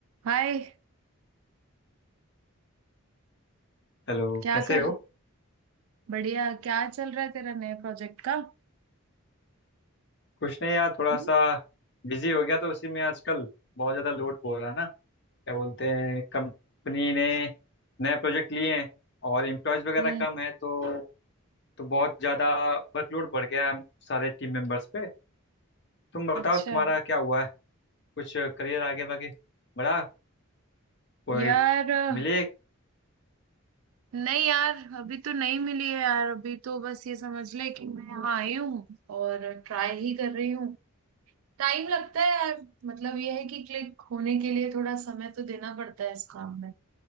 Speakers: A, on the right; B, on the left.
A: हाय
B: Hello
A: क्या
B: कैसे
A: कर
B: हो
A: बढ़िया क्या चल रहा है तेरा नए प्रोजेक्ट का
B: कुछ नहीं यार थोड़ा
A: हम्म
B: सा बिजी हो गया तो उसी में आजकल बहुत ज़्यादा लोड पड़ रहा है ना क्या बोलते हैं कंपनी ने नए प्रोजेक्ट लिए हैं और एम्प्लॉयज़ वगैरह
A: हम्म,
B: कम है तो तो बहुत ज़्यादा वर्कलोड बढ़ गया है सारे टीम मेंबर्स पे तुम
A: अच्छा
B: बताओ तुम्हारा क्या हुआ है कुछ करियर आगे वागे बढ़ा कोई
A: यार अ,
B: मिले
A: नहीं यार अभी तो नहीं मिली है यार अभी तो बस ये समझ ले कि मैं यहाँ आई हूँ और ट्राई ही कर रही हूँ टाइम लगता है यार मतलब ये है कि क्लिक होने के लिए थोड़ा समय तो देना पड़ता है इस काम में